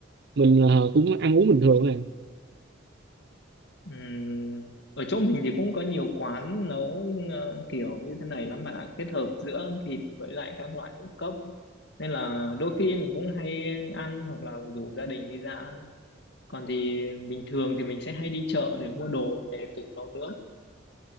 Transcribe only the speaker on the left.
Ừ. ở chỗ mình thì cũng có nhiều quán nấu ờ, kiểu như thế này lắm bạn ạ kết hợp giữa thịt với lại các loại ngũ cốc nên là đôi khi mình cũng hay ăn hoặc là rủ gia đình đi ra ăn còn thì bình thường thì mình sẽ hay đi chợ để mua đồ về tự nấu nướng